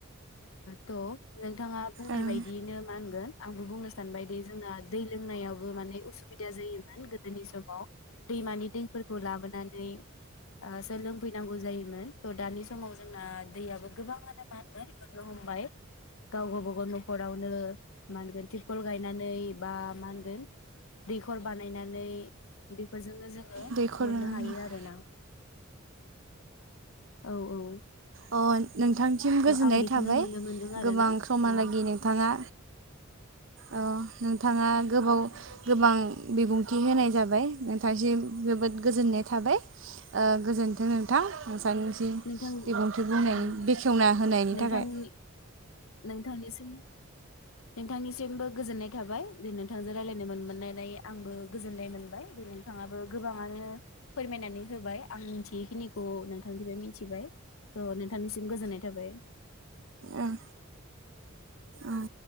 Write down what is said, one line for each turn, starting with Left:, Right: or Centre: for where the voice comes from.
Left: थ' नोंथाङा बुंनाय
Right: ओं
Left: बायदियैनो मा होनगोन आंबो बुंनो सानबाय दे जोंना दै लोंनायावबो माने उसुबिदा जायोमोन गोदोनि समाव दैमानि दैफोरखौ लाबोनानै सोलोंफैनांगौ जायो। थ' दानि समाव जोंना दैयाबो गोबाङानो मा होनगोन मोननो हमबाय गाव बागाव न'खरावनो मा होनगोन तिपल गायनानै बा मा होनगोन दैखर बानायनानै बेफोर जोङो
Right: दैखर
Left: मोननो
Right: उम
Left: हायो आरोना औ औ
Right: अ नोंथांसिम गोजोननाय
Left: थ' आं बेखौनो
Right: थाबाय
Left: नुनो मोनदों आरो
Right: गोबां
Left: ना
Right: समालागि
Left: औ
Right: नोंथाङा अ नोंथाङा गोबाव गो गोबां बिबुंथि होनाय जाबाय नोंथांसिम जोबोद गोजोननाय थाबाय गो नोंथां आं
Left: नोंथां
Right: बिबुंथि बुंनायनि
Left: औ
Right: बेखेवना होनायनि
Left: नोंथांनि
Right: थाखाय
Left: नोंथांनिसिमबो गोजोननाय थाबाय नोंथांजों राय्लायनो मोननाय। आंबो गोजोननाय मोनबाय बे नोंथाङाबो गोबाङानो फोरमायनानै होबाय आं मिथियखिनिखौ। औ मिथिबाय नोंथांनिसिम गोजोननाय थाबाय।
Right: ओं ओं